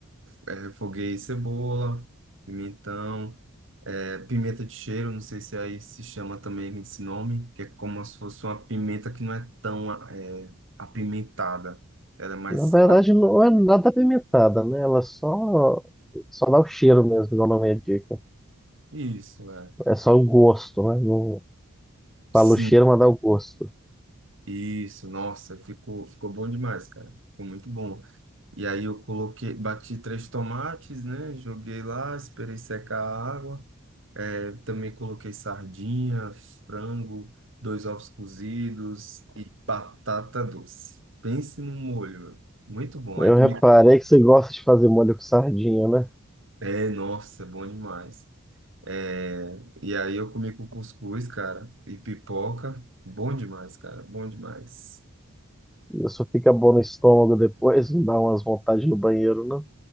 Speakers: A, on the right; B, in the centre.
A: É, é, refoguei cebola, pimentão, é, pimenta de cheiro, não sei se aí se chama também esse nome, que é como se fosse uma pimenta que não é tão é, apimentada. Ela é mais.
B: Na verdade, não é nada apimentada, né? Ela só, só dá o cheiro mesmo, igual o nome indica.
A: Isso, é.
B: É só o gosto, né? Não
A: Sim,
B: fala o cheiro, mas dá o gosto.
A: isso, nossa, ficou, ficou bom demais, cara. Ficou muito bom. E aí eu coloquei, bati três tomates, né? Joguei lá, esperei secar a água. Eu também coloquei sardinha, frango, dois ovos cozidos e batata doce. Pense num molho, meu. muito bom.
B: Eu
A: Aí comi.
B: reparei que você gosta de fazer molho com sardinha, né?
A: É, nossa, bom demais. É, e aí eu comi com cuscuz, cara, e pipoca. Bom demais, cara, bom demais.
B: Isso fica bom no estômago depois, não dá umas vontades no banheiro, não?